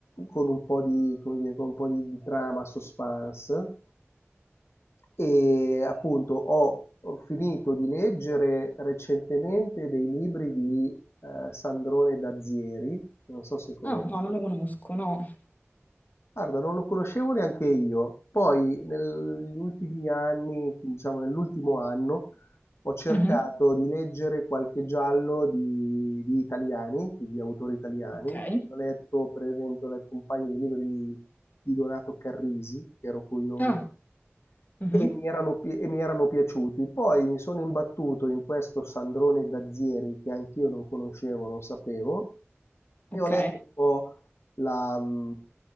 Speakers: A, on the left; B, on the left.
A: con un po' di, come dire, con un po' di, di trama, suspense. E appunto ho, ho finito di leggere recentemente dei libri di eh, Sandrone Dazieri, non so se conosci.
B: ah, no, non lo conosco, no.
A: Guarda, non lo conoscevo neanche io. Poi negli ultimi anni, diciamo nell'ultimo anno, ho cercato
B: Mhm,
A: di leggere qualche giallo di, di italiani, quindi di autori italiani.
B: Ok.
A: Quindi Ho letto, per esempio, ho letto un paio di libri di Donato Carrisi, che ero curioso
B: Ah, mhm,
A: e mi erano, pi- e mi erano piaciuti. Poi mi sono imbattuto in questo Sandrone Dazieri che anch'io non conoscevo, non sapevo, e
B: Ok,
A: ho letto un po' la, mm,